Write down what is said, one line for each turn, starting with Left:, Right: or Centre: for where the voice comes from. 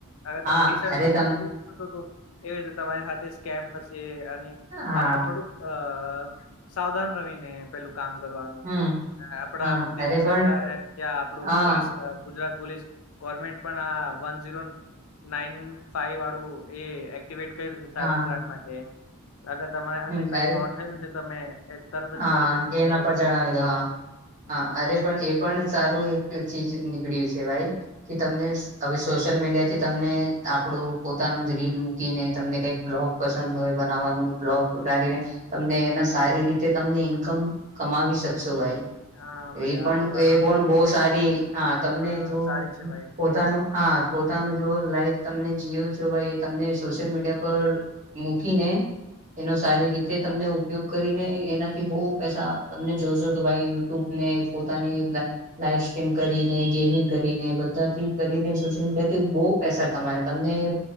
Left: અગર
Right: હા
Left: તમે ડીસએડવાન્ટેજ
Right: અરે તમ
Left: યુઝ કરસો તો એવી રીતે તમારી સાથે કેમ થશે અને
Right: હા
Left: આ થોડુંક અ સાવધાન પેલુ કામ કરવાનું
Right: હમ
Left: આપડા
Right: હા
Left: મોદીજી
Right: અરે પણ
Left: સરકારે યા આપડું
Right: હા
Left: પોલીસ ગુજરાત પોલીસ ગવર્મેન્ટ પણ આ વન ઝીરો નાન ફાઈવ વાળું એ એક્ટવેટ કર્યું છે,
Right: હા
Left: સાયબર ક્રાઈમ માટે અગર તમારા
Right: હમ
Left: હાથે કઈ
Right: અરે
Left: ફ્રોડ થયેલું છે, તમે તરત
Right: હા
Left: જ કોલ કરીને
Right: એના
Left: એ બધું
Right: પર જણાવી
Left: કરી શકો
Right: દો હા
Left: હમ
Right: હા અરે એ પણ સારું એક ચીજ નીકળ્યું છે, ભાઈ કે તમને હવે સોશિયલ મીડિયા થી તમને આપણું પોતાનો જ રીલ મૂકીને તમને કઈક બ્લોગ પસંદ હોય, બનાવવાનુ બલોગ ઉડાલીને તમને એના સારી રીતે તમને ઈન્કમ કમાવી શકશો ભાઈ એ
Left: હા ભાઈ
Right: પણ
Left: આ તો
Right: એ
Left: સારું
Right: પણ
Left: છે
Right: બહ સારી હા તમને
Left: હા
Right: જો
Left: સારી છે ભાઈ
Right: પોતાનુ હા, પોતાનું જો લાઈફ તમને જીવ છે, ભાઈ, તમને સોશિયલ મીડિયા પર. મૂકીને, એનો સારી રીતે તમને ઉપયોગ કરીને. એનાથી બહુ પૈસા તમને જોશો તો, ભાઈ, યુટ્યુબ ને પોતાની લાઈવ સ્ટ્રીમ કરીને, ગેમિંગ કરીને, બધાથી કરીને, સોશિયલ મીડિયા થી બહુ પૈસા કમાય, તમને